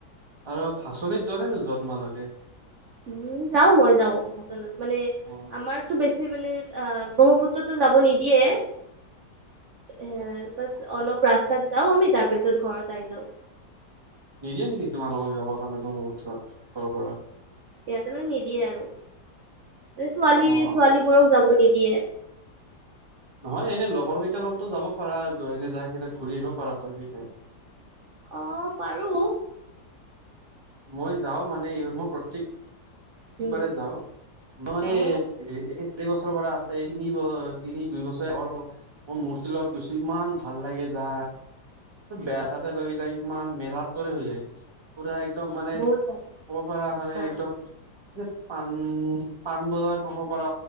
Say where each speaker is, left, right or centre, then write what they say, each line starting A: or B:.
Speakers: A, on the right; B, on the right.
A: আৰু ভাচনীত যোৱা নে নোযোৱা তোমালোকে?
B: উম যাও মই যাও ভাচনীত মানে
A: অ
B: আমাৰতো বেছি। মানে অহ ব্ৰহ্মপুত্ৰতো যাব নিদিয়ে। হ প
A: অ
B: অলপ ৰাস্তাত যাওঁ আমি তাৰপিছত ঘৰত আহ যাও।
A: নিদিয়ে নেকি তোমাৰ লগত যাবৰ কাৰণে ব্ৰহ্মপুত্ৰত ঘৰৰ পৰা।
B: ইহতে মানে নিদিয়ে আৰু মান ছোৱালী
A: অ
B: ছোৱালীবোৰক যাব। নিদিয়ে।
A: হয়হ এনে লগৰ কেইটাৰ লগতো যাব পাৰা এনে যাই কেই ঘূৰি আহিব পাৰা তো সেনেকে।
B: আহ পাৰো।
A: মই যাওঁ মানে এই মোৰ প্ৰতেক।
B: উম
A: একবাৰে যাও মে
B: অ
A: এই শ। বৰ পৰা আছে তিনি তিনি দুই বছৰ আগৰ মই মূৰ্তিৰ লগত গৈছো ইমান ভাল লাগে যা। বেয়া তাতে লি যায় ইমান মেলাৰ দৰে হৈ যায় পুৰা। একদম মানে
B: বহুত
A: ক'ব পৰা মানে
B: অ
A: একদম। এই যে পাণ পাণবজাৰ কব পাৰ